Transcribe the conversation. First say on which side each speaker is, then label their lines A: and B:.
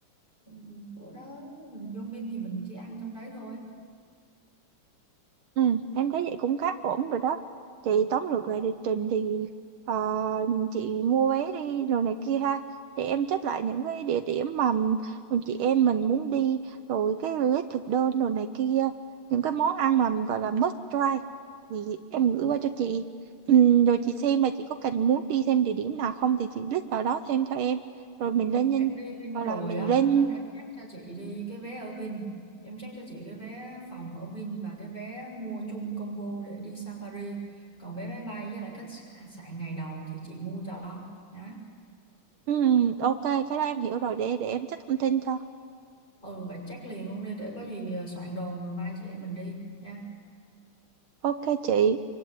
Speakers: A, on the left; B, on the right.
A: ừ, bữa đó mình vô Vin thì mình chỉ ăn trong đấy thôi
B: Ừ, em thấy vậy cũng khá ổn rồi đó. Chị tóm lược lại lịch trình thì ờ, chị mua vé đi rồi này kia ha. Để em check lại những cái địa điểm mà m- chị em mình muốn đi rồi cái list thực đơn rồi này kia. Những cái món ăn mà gọi là must try thì em gửi qua cho chị. Ừ, rồi chị xem mà chị có cần muốn đi thêm địa điểm nào không thì chị list vào đó thêm cho em. Rồi mình lên nhân
A: em đi Vin
B: gọi
A: rồi
B: là mình
A: á
B: lên
A: nên em check cho chị đi cái vé ở Vin em check cho chị cái vé phòng ở Vin và cái vé mua chung combo để đi Safari còn vé máy bay với lại khách sạn ngày đầu thì chị mua cho đó
B: ừ, ok cái đó em hiểu rồi để để em check thông tin cho.
A: ừ vậy check liền luôn đi để có gì ờ, soạn đồ rồi mai chị em mình đi nha
B: Ok chị.